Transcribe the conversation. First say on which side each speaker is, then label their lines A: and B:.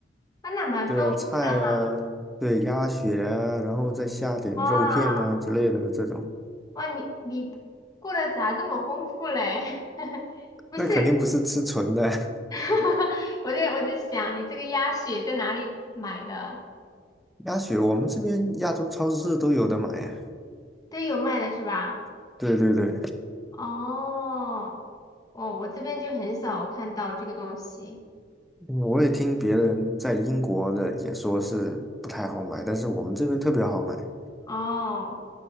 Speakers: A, on the left (about 20°); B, in the centre.
A: 啊那蛮丰富的哈。
B: 对啊，菜啊，对，鸭血啊，然后再下点肉片啊之类的这种，
A: 哇哇，你你过得咋这么丰富嘞？<laughs> 不是。
B: 那肯定不是吃纯的。
A: <laughs> 我就我就想，你这个鸭血在哪里买的？
B: <laughs> 鸭血我们这边亚洲超市都有的买啊。
A: 都有卖的是吧？
B: 对对对，
A: 哦，哦，我这边就很少看到这个东西。
B: 嗯我也听别人在英国的也说是不太好买，但是我们这边特别好买。
A: 哦，